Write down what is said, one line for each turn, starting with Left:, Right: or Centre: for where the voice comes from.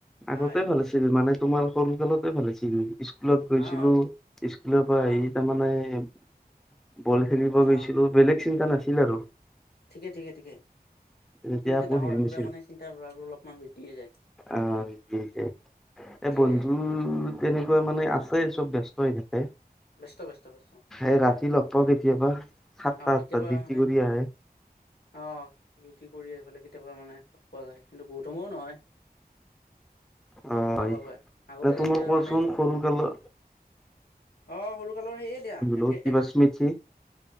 Left: হয়
Centre: আগতে ভাল আছিল মানে তোমাৰ সৰু ালতে ভালেছিল স্কুলত গৈছিলো
Left: অ
Centre: স্কুলৰ পৰা
Left: অ
Centre: আহি
Left: অ
Centre: তাৰমানে বল খেলিব গৈছিলো
Left: অ
Centre: বেলেগ চিন্তা নাছিল আৰু
Left: ঠিকে ঠিকে ঠিকে
Centre: তেতিয়া
Left: কিন্তু এতিয়া
Centre: আকৌ
Left: ডাঙৰ
Centre: হেৰি
Left: হৈ পেলাই
Centre: নাছিল
Left: মানে চিন্তা ভাৰাোৰ অলপমান বৃদ্ধি যায়
Centre: আহ কি যে
Left: এতিয়ে
Centre: এ বন্ধু তেনেকুৱা মানে আছে চব ব্যস্ত হৈ থাকে
Left: ব্যস্ত ব্যস্ত ব্যস্ত
Centre: এই
Left: মানে
Centre: ৰাতি লগ পাওঁ কেতিয়াবা সাতটা
Left: আহ
Centre: আঠটাত
Left: কেতিয়াবা
Centre: ডিউটি
Left: মানে
Centre: কৰি আহে
Left: আহ ডিউটি কৰি আহি পেলাই কেতিয়াবা মানে লগ পোৱা যায় কিন্তু বহুতুমও নহয়
Centre: হয়
Left: ভাল নাপায়
Centre: এ
Left: আগতে যেনেকে
Centre: তোমাক কোৱাচোন
Left: মানে
Centre: সৰুকালৰ
Left: অ সৰু কালৰ সেয়ে দিয়া একে
Centre: লগত কিবা স্মৃতি